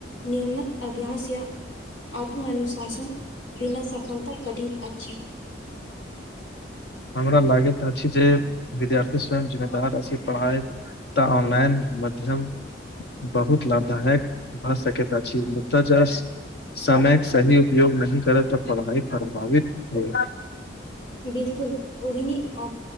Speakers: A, on the left; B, on the left.
A: नियमित अभ्यास या आत्मनुशासन बिना सफलता कठिन अछि।
B: हमरा लागैत अछि जे विद्यार्थी स्वयं जिम्मेदार अछि। पढ़ाई तऽ ऑनलाइन मध्यम बहुत लाभदायक भऽ सकत अछि। मुदा जास समयके सही उपयोग नही करे तऽ पढ़ाइ प्रभावित होए।
A: बिलकुल ओहिनी ऑ